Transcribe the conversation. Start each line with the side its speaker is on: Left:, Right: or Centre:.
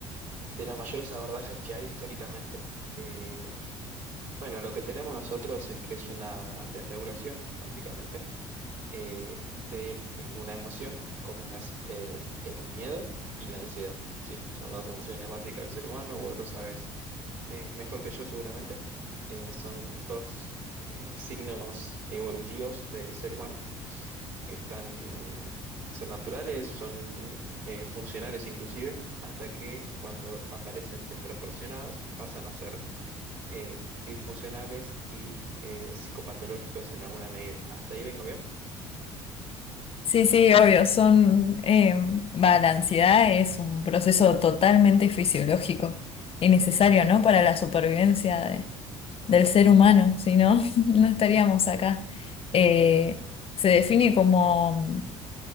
Right: de los mayores abordajes que hay históricamente. Eh, bueno, lo que tenemos nosotros es que es una desregulación, básicamente eh, de eh, una emoción como es eh, el miedo y la ansiedad, ¿sí? Son dos emociones básicas del ser humano, vos lo sabes eh, mejor que yo seguramente. Eh, son dos eh, signos evolutivos del ser humano que están, son naturales, son eh, funcionales inclusive, hasta que cuando aparecen desproporcionados pasan a ser eh, disfuncionales y eh, psicopatológicos en alguna medida. ¿Hasta ahí vengo bien?
Left: Sí, sí, obvio, son, eh, va, la ansiedad es un proceso totalmente fisiológico y necesario, ¿no? Para la supervivencia de- del ser humano, si no, <laughs> no estaríamos acá. Eh, se define como